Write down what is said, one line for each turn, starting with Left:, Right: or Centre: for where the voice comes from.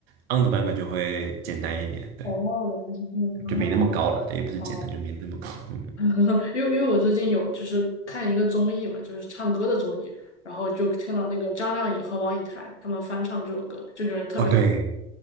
Right: ，on 的版本就会简单一点，对，
Left: 哦，原来是这样啊，
Right: 就没那么高了，对，也不是简单，
Left: 哦，
Right: 就没那么高。嗯，
Left: <laughs> 因为因为我最近有就是看一个综艺嘛，就是唱歌的综艺，然后就听到那个张靓颖和王以太他们翻唱这首歌，就觉得特别好。
Right: 哦，对